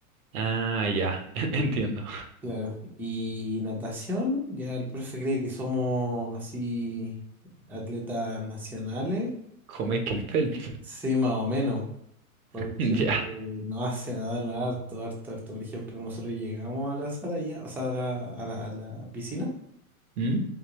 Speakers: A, on the right; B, in the centre.
A: Ah, ya. <laughs> Entiendo.
B: Claro. Y natación, ya el profe cree que somos así atletas nacionales.
A: Como Michael Phelps. <laughs>
B: Sí, más o menos, porque
A: Ya.
B: nos hace nadar harto, harto, harto. Por ejemplo, nosotros llegamos a la sala ya, o sea, a la, a la- a la piscina,
A: ¿Mm?